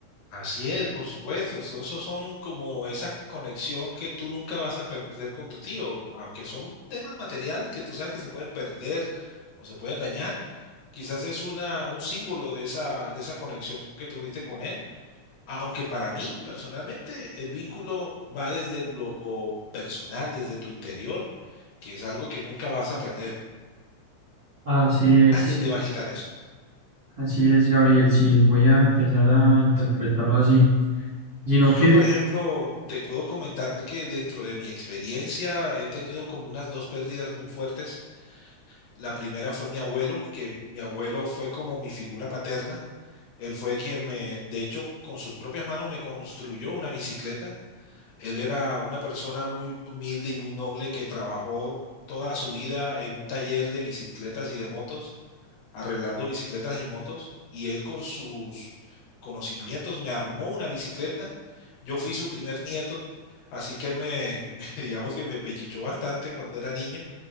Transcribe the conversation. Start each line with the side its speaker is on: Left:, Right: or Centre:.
Left: Así es, por supuesto. Eso, eso son como esa conexión que tú nunca vas a perder con tu tío, aunque son temas materiales que tú sabes que se pueden perder o se pueden dañar. Quizás es una, un símbolo de esa, de esa conexión que tuviste con él. Aunque para mí, personalmente, el vínculo va desde lo personal, desde tu interior, que es algo que nunca vas a perder.
Right: Así es,
Left: Nadie te va a quitar eso.
Right: así es, Gabriel. Sí, voy a empezar a interpretarlo así, sino
Left: Y yo,
Right: que...
Left: por ejemplo, te puedo comentar que dentro de mi experiencia he tenido como unas dos pérdidas muy fuertes. La primera fue mi abuelo, que mi abuelo fue como mi figura paterna. Él fue quien me, de hecho, con sus propias manos me construyó una bicicleta. Él era una persona muy humilde y muy noble que trabajó toda su vida en un taller de bicicletas y de motos arreglando bicicletas y motos y él con sus conocimientos me armó una bicicleta. Yo fui su primer nieto, así que él me, <laughs> digamos que me pechichó bastante cuando era niño